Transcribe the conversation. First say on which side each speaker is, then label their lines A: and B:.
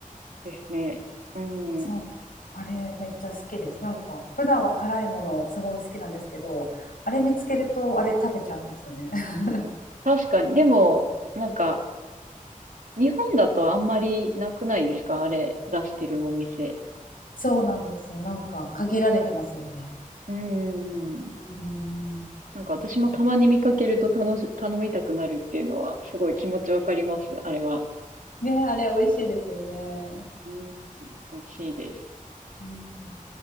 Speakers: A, on the right; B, on the left.
A: いですね。うん。
B: そう。あれ、めっちゃ好きです。なんか、普段は辛いものすごい好きなんですけど、あれ見つけると、あれ食べちゃうんですよね。<laughs>
A: 確かに。でも、なんか、日本だとあんまりなくないですかあれ出してるお店。
B: そうなんですよ。なんか、限られてますよね。
A: うーん。
B: うん。
A: なんか私もたまに見かけると頼し、
B: ちょっと。
A: 頼みたくなるっていうのはすごい気持ちわかります。あれは。
B: ね、あれ、美味しいですよね。
A: うん。美味しいです。
B: うん